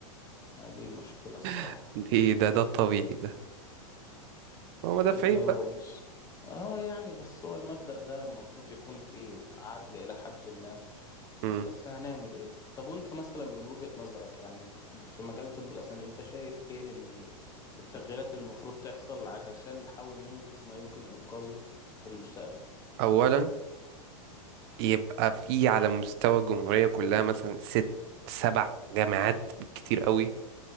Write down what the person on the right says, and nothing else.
<laughs> دي ده ده الطبيعي ده ما هو مدافعين
بقى
مم.
اولا يبقى في على مستوى الجمهوريه كلها مثلا ست سبع جامعات بالكتير قوي